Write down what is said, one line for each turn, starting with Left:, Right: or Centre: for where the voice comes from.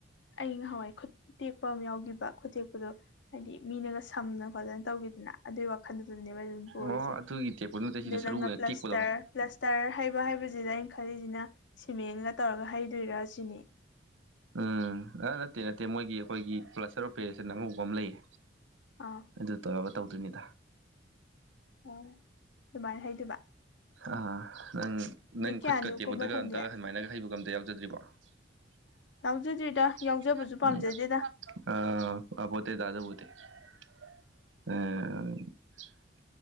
Left: ꯑꯩ ꯉꯍꯋꯥꯏ ꯈꯨꯇꯦꯛꯄ ꯑꯃ ꯌꯥꯎꯈꯤꯕ ꯈꯨꯇꯦꯛ ꯗꯣ ꯍꯥꯏꯗꯤ ꯃꯤꯅꯒ ꯁꯝꯅ ꯈꯣꯠꯠꯇꯅ ꯇꯧꯈꯤꯗꯅ ꯑꯗꯨꯒꯤ ꯋꯥꯈꯟꯗꯨ ꯑꯗꯨꯅꯦꯕ ꯑꯩ ꯑꯗꯨꯝ ꯄꯨꯔꯤꯁꯦ
Right: ꯑꯣ ꯑꯗꯨꯒꯤ ꯇꯦꯛꯄ ꯅꯠꯇꯦ ꯁꯤꯅ
Left: ꯑꯗꯨ
Right: ꯁꯔꯨ
Left: ꯅꯪꯅ
Right: ꯑꯣꯏꯅ
Left: ꯄ꯭ꯂꯁꯇꯔ
Right: ꯇꯦꯛꯄꯗꯣ ꯍꯣꯏ
Left: ꯄ꯭ꯂꯁꯇꯔ ꯍꯥꯏꯕ ꯍꯥꯏꯕꯁꯤꯗ ꯑꯩꯅ ꯈꯜꯂꯤꯁꯤꯅ ꯁꯤꯃꯦꯟꯒ ꯇꯧꯔꯒ ꯍꯩꯗꯣꯏꯔꯥ ꯁꯤꯅꯤ
Right: ꯎꯝ ꯑ ꯅꯠꯇꯦ ꯅꯠꯇꯦ ꯃꯣꯏꯒꯤ ꯑꯩꯈꯣꯏꯒꯤ ꯄ꯭ꯂꯁꯇꯔ ꯑꯣ ꯄꯦꯔꯦꯁꯟ ꯑꯉꯧꯕ ꯑꯃ ꯂꯩꯌꯦ
Left: ꯑꯥ
Right: ꯑꯗꯨ ꯇꯧ ꯇꯧꯗꯣꯏꯅꯤꯗ
Left: ꯑꯣ ꯑꯗꯨꯃꯥꯏ ꯍꯥꯏꯩꯗꯨꯕ
Right: ꯑ ꯅꯪ ꯅꯪ
Left: ꯀꯌꯥꯅꯤꯃꯨꯛꯀꯨꯝꯕ
Right: ꯈꯨꯠꯀ ꯇꯦꯛꯄꯗꯒ
Left: ꯊꯝꯒꯦ
Right: ꯑꯝꯇꯒ ꯁꯃꯥꯏꯅꯒ ꯍꯩꯕꯒ ꯑꯝꯇ ꯌꯥꯎꯖꯗ꯭ꯔꯤꯕꯣ <unintelligible>
Left: ꯌꯥꯎꯖꯗ꯭ꯔꯤꯗ
Right: ꯎꯝ
Left: ꯌꯥꯎꯖꯕꯁꯨ
Right: ꯑ
Left: ꯄꯥꯝꯖꯗꯦꯗ
Right: ꯃꯥ ꯄꯠꯇ ꯇꯥꯗ ꯄꯇ ꯎꯝ